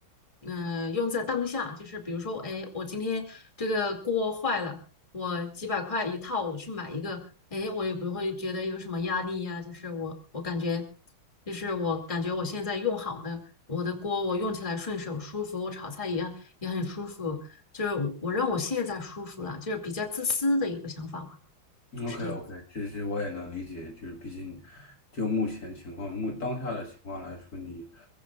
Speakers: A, on the left; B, on the left.
A: 嗯、呃用在当下，就是比如说，哎，我今天这个锅坏了，我几百块一套，我去买一个，哎，我也不会觉得有什么压力呀、就是我我感觉，就是我感觉我现在用好的我的锅，我用起来顺手舒服，我炒菜也也很舒服，就是我让我现在舒服了，就是比较自私的一个想法吧，是这样。
B: OK OK，这这我也能理解，就是毕竟就目前情况，目当下的情况来说，你